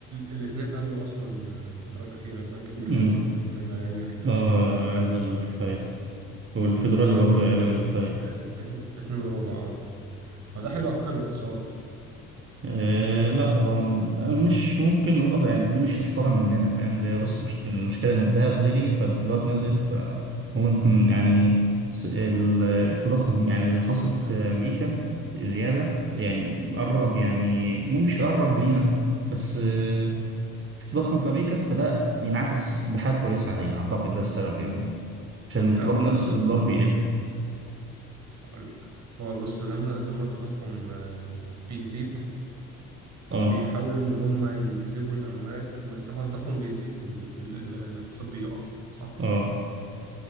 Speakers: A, on the right; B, on the right.
A: الاثنين قلوا اصلا الفترة الأخيرة البنك المركزي
B: أمم،
A: لو انت متابع يعني هتلاقي
B: اه
A: ان هو قل
B: قل الفايدة والفيدرالي
A: المقدار
B: برضه
A: اتنين
B: قل
A: و...
B: الفايدة
A: اتن- اتن- اتنين وربع اه هو ده حلو على فكرة الاقتصاد
B: آه لا هو م- مش ممكن نقول أصلاً يعني دي مش مشترى مننا فاهم ده بس مش المشكلة إن الذهب غلي فالدولار نزل فممكن يعني س- ال- التضخم يعني اللي حصل في أمريكا زيادة يعني قرب يعني مو مش قرب لينا بس آه، في تضخم في أمريكا فده ينعكس بحاجة كويسة علينا أعتقد ده السبب يعني عشان الدولار
A: لا هقول
B: نفسه
A: لك هقول
B: الدولار
A: لك
B: بيقل
A: هقول لك هو بص لما لما التضخم آه، بيزيد
B: اه
A: بيحاولوا ان هم يجذبوا الاموال وطبعا التضخم بيزيد ال... ال... ال... الاقتصاد بيقع صح
B: اه